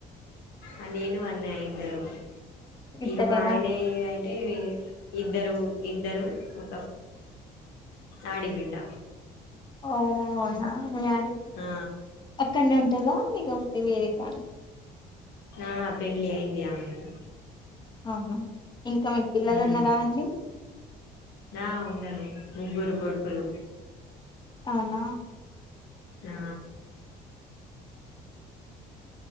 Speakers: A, on the left; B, on the left.
A: ఆ నేను అన్నయ్య ఇద్దరం
B: ఇద్దరేనా
A: ఇగ మా ఆయనే అయితే ఇద్దరు ఇద్దరు ఒక ఆడిబిడ్డ
B: ఓ అవునా మీ ఆడిబిడ్డ
A: ఆ
B: అక్కడనే ఉంటందా లేకపోతే వేరే కాడ
A: ఆ పెండ్లి అయింది ఆమెది
B: అవునా ఇంకా మీకు పిల్లలు
A: ఉమ్
B: ఉన్నారా అండి
A: నా ఉన్నారు ముగ్గురు కొడుకులు
B: అవునా
A: ఆ